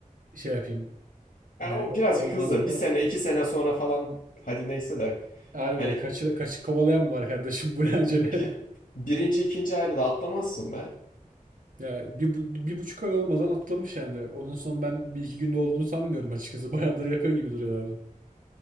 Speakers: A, on the right; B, on the left.
A: şey yapayım. Hani
B: ya o
A: o-
B: birazcık
A: olmaz
B: hızlı.
A: o
B: Bir sene, iki sene sonra falan hadi neyse de
A: Harbi
B: hani
A: kaçı, kaçı kovalayan mı var kardeşim bu ne acele?
B: bir,
A: <laughs>
B: birinci, ikinci ayda da atlamazsın be.
A: Ya bir, bu- bir buçuk ay olmadan atlamış yani. Onun son ben bir iki günde olduğunu sanmıyorum açıkçası. <laughs> Bayağıdır yapıyor gibi duruyorlardı.